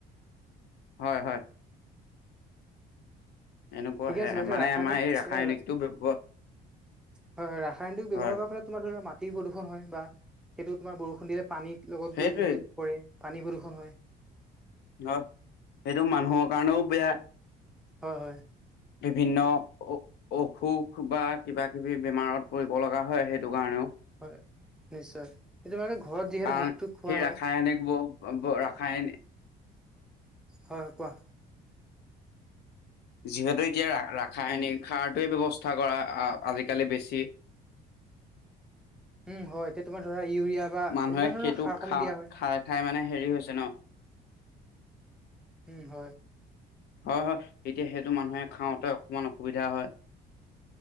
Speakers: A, on the left; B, in the centre.
A: হয় হয়। এনেকুৱা
B: ঠিকে
A: হে
B: আছে বাৰু
A: মানে
B: ৰাসায়নিক
A: আমাৰ এই
B: এতিয়া
A: ৰাসায়নিকটো
B: হয় হয়
A: ব্যৱ
B: ৰাসায়নিক ব্যৱহাৰৰ
A: হয়
B: ফলত। তোমাৰ ধৰি মাটিৰ প্ৰদূষণ হয় বা সেইটো তোমাৰ বৰষুণ দিলে পানীত লগত
A: সেইটোৱে
B: গৈ নৈত। কৰে পানী প্ৰদূষণ হয়।
A: হয়, সেইটো মানুহৰ কাৰণেও বেয়া।
B: হয়, হয়।
A: বিভিন্ন উ অসুখ, বা কিবা কিবি বেমাৰত পৰিব লগা হয় সেইটো কাৰণেও।
B: হয় নিশ্চয় এই তোমালোকে ঘৰত যিহেতু
A: কাৰণ,
B: ভাতটো খোৱা
A: সেই
B: হয়
A: ৰাসায়নিক বোৰ। ৰাসায়ন।
B: হয় কোৱা?
A: যিহেতু, এতিয়া ৰা ৰাসায়নিক সাৰটোৱে ব্যৱস্থা কৰা আজিকালি বেছি।
B: উম, হয়, এতিয়া তোমাৰ ধৰা ইউৰিয়া বা এনেকুৱা
A: মানুহে
B: ধৰণৰ
A: সেইটো
B: সাৰসমূহ
A: খা
B: দিয়া হয়।
A: খাই খাই মানে হেৰি হৈছে ন।
B: উম হয়।
A: হয়, হয়, এতিয়া সেইটো মানুহে খাওঁতে অকমান অসুবিধা হয়।